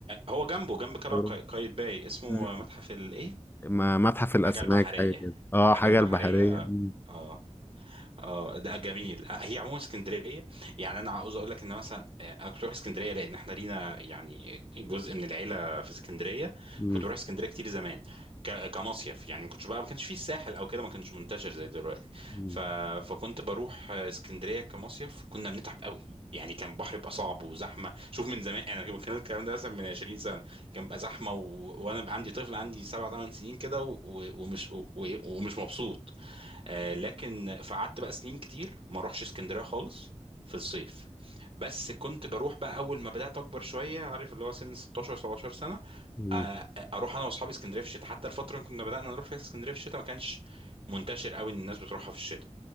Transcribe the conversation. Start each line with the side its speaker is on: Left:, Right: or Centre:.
Right: هو جنبه جنب قلعة
Left: تجربة.
Right: قاي- قايتباي اسمه
Left: مم.
Right: متحف الايه
Left: ما- متحف الأسماك
Right: حاجة البحرية
Left: حاجة كده اه
Right: حاجة
Left: حاجة
Right: البحرية
Left: البحرية
Right: اه
Left: مم.
Right: اه اه ده جميل آه، هي عموما اسكندريه يعني انا عاوز اقول لك ان مثلا آه، انا كنت بروح اسكندريه لان احنا لينا يعني جزء من العيله في اسكندريه
Left: مم.
Right: كنت بروح اسكندريه كتير زمان ك- كمصيف يعني ما كنتش بقى ما كانش فيه الساحل او كده ما كانش منتشر زي دلوقتي
Left: مم.
Right: ف... فكنت بروح آه، اسكندريه كمصيف كنا بنتعب قوي يعني كان البحر بيبقى صعب وزحمه شوف من زمان انا كان الكلام ده مثلا من 20 سنه كان بقى زحمه و... وانا بقى عندي طفل عندي 7 8 سنين كده و... و- ومش و... و- ومش مبسوط آه لكن فقعدت بقى سنين كتير ما اروحش اسكندريه خالص في الصيف بس كنت بروح بقى اول ما بدات اكبر شويه عارف اللي هو سن 16 17 سنه
Left: مم.
Right: آه آه، اروح انا واصحابي اسكندريه في الشتاء حتى الفتره اللي كنا بدانا نروح فيها اسكندريه في الشتاء ما كانش منتشر قوي ان الناس بتروحها في الشتاء